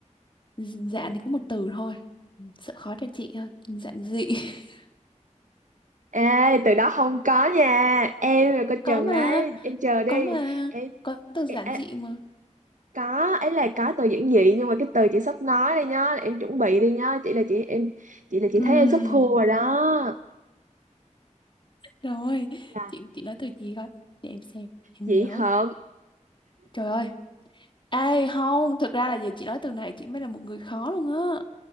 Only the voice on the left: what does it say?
D- Giãn thì có một từ thôi Ừm, Sợ khó cho chị thôi Giản dị <laughs>
Có
mà
Có mà
Có từ giản
dị mà
Ừm,
Rồi
Chị chị nói từ gì coi Để em xem Em
nhớ
Trời ơi Ê không Thực ra là giờ chị nói từ này Chị mới là một người khó luôn á